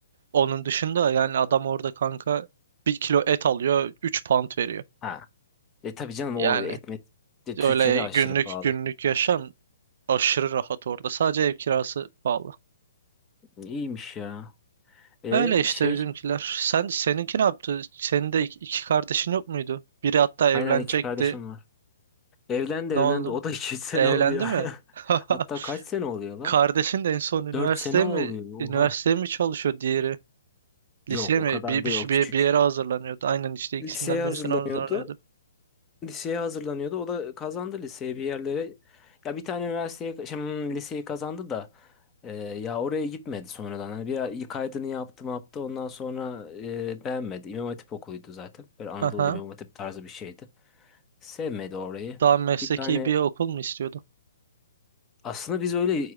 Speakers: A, on the right (about 60°); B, on the left (about 20°).
A: Onun dışında yani adam orada kanka bir kilo et alıyor 3 pound veriyor.
B: Ha E tabii canım
A: Yani
B: o etmet de
A: öyle
B: Türkiye'de aşırı
A: günlük
B: pahalı.
A: günlük yaşam aşırı rahat orada. Sadece ev kirası pahalı.
B: İyiymiş ya. E
A: Öyle işte
B: şey
A: bizimkiler. Sen seninki ne yaptı? Senin de iki iki kardeşin yok muydu? Biri hatta evlenecekti.
B: aynen iki kardeşim var. Evlendi
A: Ne
B: evlendi
A: oldu?
B: o da iki <laughs> sene
A: Evlendi
B: oluyor. <laughs>
A: mi? <laughs>
B: Hatta kaç sene oluyor lan?
A: Kardeşin de en son üniversiteye
B: Dört sene oluyor
A: mi
B: oha.
A: üniversiteye mi çalışıyor diğeri?
B: Yok
A: Liseye
B: o
A: mi?
B: kadar
A: Bir,
B: değil
A: bir, şey-
B: o küçük.
A: bir, bir yere hazırlanıyordu. Aynen işte ikisinden
B: Liseye hazırlanıyordu.
A: birisine hazırlanıyordu.
B: liseye hazırlanıyordu. O da kazandı liseye bir yerlere. Ya bir tane üniversiteye şimdi liseyi kazandı da e, ya oraya gitmedi sonradan. Hani bir kaydını yaptı mı yaptı. Ondan sonra e, beğenmedi. İmam Hatip okuluydu zaten. Böyle Anadolu
A: Aha.
B: İmam Hatip tarzı bir şeydi. Sevmedi orayı.
A: Daha mesleki
B: Bir tane
A: bir okul mu istiyordu?
B: aslında biz öyle